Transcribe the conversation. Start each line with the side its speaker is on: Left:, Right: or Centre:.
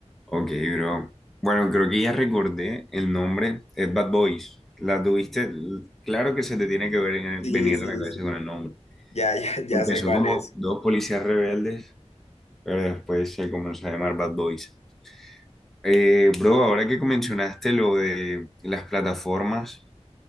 Centre: Ok, bro. Bueno, creo que ya recordé el nombre, es Bad Boys. La tuviste, claro que se te tiene que ver-
Left: Sí,
Centre: venir
Left: sí,
Centre: a la cabeza
Left: sí.
Centre: con el nombre.
Left: Ya, ya, ya
Centre: Empezó
Left: sé cuál
Centre: como
Left: es.
Centre: dos policías rebeldes, pero después se comenzó a llamar Bad Boys. Eh, bro, ahora que mencionaste lo de las plataformas.